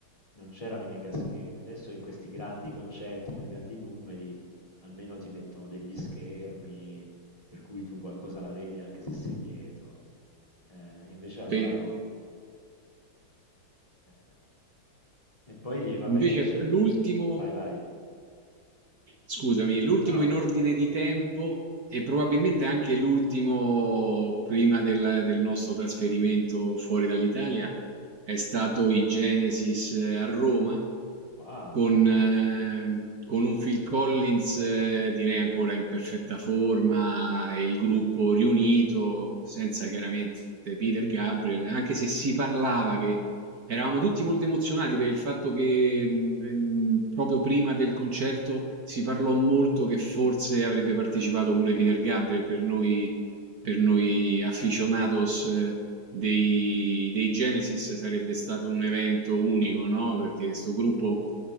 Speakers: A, on the left; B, on the right.
A: non c'erano i megaschermi, adesso in questi grandi concerti per grandi numeri almeno ti mettono degli schermi per cui tu qualcosa la vedi anche se sei dietro, Eh, invece allora
B: sì.
A: no. Eh, e poi vabbè,
B: Invece
A: invece
B: l'ultimo
A: vai, vai.
B: Scusami, l'ultimo
A: No, vai
B: in ordine
A: tu.
B: di tempo e probabilmente anche l'ultimo prima del, del nostro trasferimento fuori dall'Italia è stato i Genesis eh, a Roma
A: Wow,
B: con ehm, con un Phil Collins, ehm, direi ancora in perfetta forma e il gruppo riunito, senza chiaramente Peter Gabriel, anche se si parlava che eravamo tutti molto emozionati per il fatto che mh, ehm, proprio prima del concerto si parlò molto che forse avrebbe partecipato pure Peter Gabriel per noi, per noi aficionados. eh, Dei, dei Genesis sarebbe stato un evento unico, no? Perché sto gruppo,